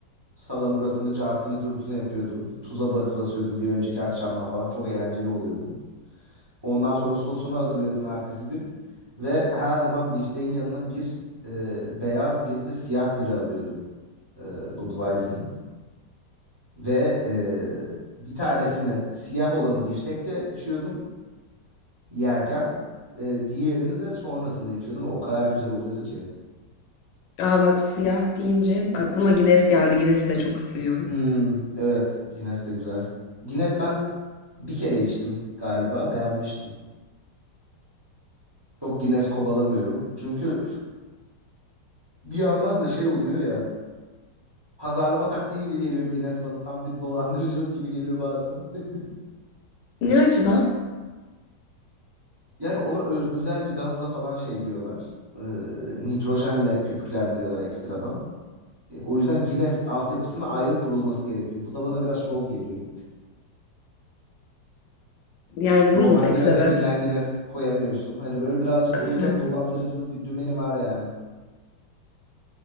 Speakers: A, on the right; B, on the left.
A: salamurasını, cartını, curtunu yapıyordum. Tuza bakıp basıyordum bir önceki akşamdan falan. Çok eğlenceli oluyordu. Ondan sonra sosunu hazırlıyordum ertesi gün. Ve her zaman bifteğin yanına bir e, beyaz bir de siyah biri alıyordum. E, Budweiser'ın. Ve e, bir tanesini siyah olanı biftekle içiyordum yerken. E, diğerini de sonrasında içiyordum ve o kadar güzel oluyordu ki.
B: Aa bak siyah deyince aklıma Guinness geldi. Guinness'i de çok seviyorum.
A: Hmm, evet Guinness de güzel. Guinness ben bir kere içtim galiba beğenmiştim. Çok Guinness kovalamıyorum. Çünkü bir yandan da şey oluyor ya pazarlama taktiği gibi geliyor Guinness bana tam bir dolandırıcılık gibi geliyor bazen. <laughs>
B: Ne açıdan?
A: Yani onu öz- özel bir gazla falan şeyliyorlar. E, nitrojenle köpüklendiriyorlar ekstradan. E, O yüzden Guinness altyapısına ayrı kurulması gerekiyor. Bu da bana biraz şov geliyor.
B: Yani
A: Normal
B: bu mu tek
A: bira
B: sebep?
A: tepinden Guinness koyamıyorsun. Hani böyle birazcık
B: Aynen.
A: o yüzden dolandırıcılık bir dümeni var yani.